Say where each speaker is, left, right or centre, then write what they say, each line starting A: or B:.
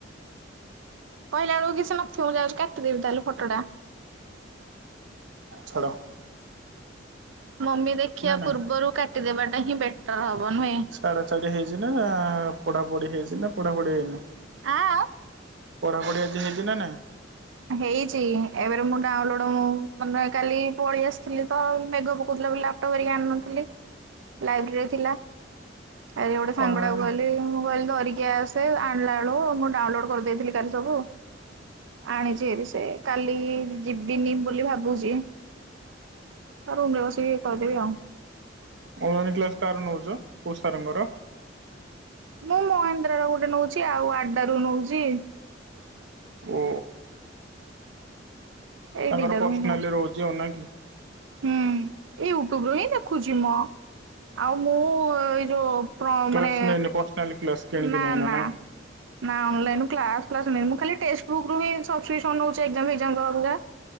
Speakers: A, on the right (about 80°); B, on the right (about 65°).
A: କହିଲା ବେଳକୁ ସେ ନଥିବ ମୁଁ ଯାଉଛି କାଟିଦେଵି ଫୋଟୋ ଟା।
B: ଛାଡ଼।
A: ମମି ଦେଖିବା
B: ନାଇଁ?
A: ପୂର୍ବରୁ କାଟିଦେବା ଟା ହିଁ ବେଟର ହବ ନୁହେଁ।
B: ଛାଡା ଛାଡ଼ି ହେଇଛି ନା ପଢ଼ାପଢ଼ି ହୋଇଛି ନା ପଢ଼ାପଢ଼ି ହୋଇନି।
A: ଆ।
B: ପଢ଼ାପଢ଼ି ଆଜି ହେଇଛି ଆଜି ହେଇନି।
A: ହେଇଛି ଏବେ ମୁଁ ଡାଉନଲୋଡ଼ ମାନେ କାଲି ପଳେଇ ଆସିଥିଲି ତ ମେଘ ପକଉଥିଲା ବୋଲି ଆଉ। ଫଟୋ କରିକି ଆଣି ନଥିଲି ଲାଇବ୍ରେରୀରେ ଥିଲା। ଆଜି ଗୋଟେ ସାଙ୍ଗ
B: ଅନଲାଇନ
A: ଟାକୁ କହିଲି ମୁଁ କହିଲି ଧରିକି ଆସ ସେ ଆଣିଲା ବେଳୁ ମୁଁ ଡାଉନଲୋଡ କରିଦେଇଥିଲି କାଲି ସବୁ ଆଣିଛି, ସିଏ ବି ସେ କାଲି ଯିବିନି ବୋଲି ଭାବୁଛି, ତା ରୁମ ରେ ବସିକି କରିଦେବି ଆଉ,
B: ଅନଲାଇନ୍ କ୍ଲାସ କାହାର ନଉଛ କୋଉ ସାର୍ ଙ୍କର
A: ମୁଁ ମହେନ୍ଦ୍ରା ର ଗୋଟେ ନଉଛି ଆଉ ଆଡା ର ନଉଛି,
B: ଓ
A: ଏଇ
B: ତାଙ୍କର
A: ଦିଟାରୁ
B: ପର୍ସନାଲି
A: ହିଁ ନଉଚି।
B: ରହୁଛି ହନା କି
A: ହୁଁ ଏ ୟୁଟ୍ୟୁବ ର ହିଁ ଦେଖୁଛି ମୁଁ ଆଉ ମୁଁ ଏଇ ଯୋଉ, ପ୍ର
B: କ୍ଲାସ୍
A: ମାନେ
B: ନେଇନି ପର୍ସନାଲି କ୍ଲାସ୍ କିଣିକି
A: ନା
B: ନେଇନ
A: ନା
B: କି?
A: ନା ଅଲାଇନି କ୍ଲାସ ଫ୍ଲାସ ନଁ ମୁଁ ଖା ଟେଷ୍ଟ ଵୁକ୍ ରୁ ହ ସବ ନଉଛି ଏଜାମ ଫେଜାମ ଦେବାକୁ ଯେ,